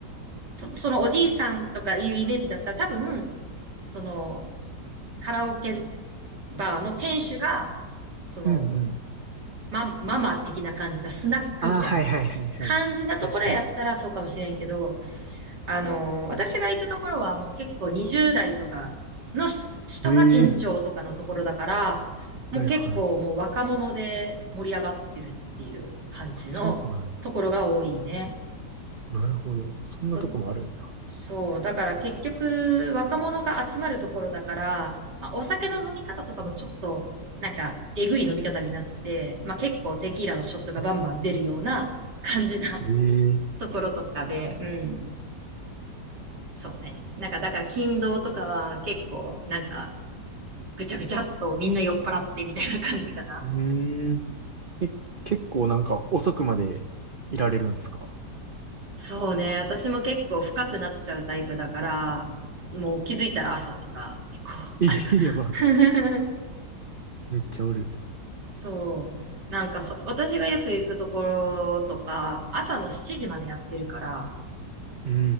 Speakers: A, on the right; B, on the right.
A: そ、そのおじいさんとかいうイメージだったら多分、そのカラオケバーの店主が、その、
B: うんうん。
A: まマママ的な感じだ、スナックみたいな感じなところやったらそうかもしれんけど、
B: ああ、はいはいはいはい。確かに。
A: あのー、私が行くところはもう結構20代とかの人人が店長とかのところだから、
B: ええ
A: もう結構もう若者で盛り上がってるっていう感じのところが多いね。
B: はいはい。あ、そうなんや。なるほど。そんなとこもあるんや。
A: うんそう。だから結局若者が集まるところだから、まあ、お酒の飲み方とかもちょっとなんかえぐい飲み方になって、まあ結構テキーラのショットがバンバン出るような感じな
B: <laughs> ええ
A: ところとかで、うん。そうね。なんかだから勤労とかは結構なんかぐちゃぐちゃっとみんな酔っ払ってみたいな感じかな。
B: うーん。え、結構なんか遅くまでいられるんすか
A: そうね。私も結構深くなっちゃうタイプだから、もう気づいたら朝とか結構あるかな。
B: ええやば。めっちゃおる。
A: <laughs> そう。なんかそ、私がよく行くところとか、朝の7時までやってるから、
B: うんう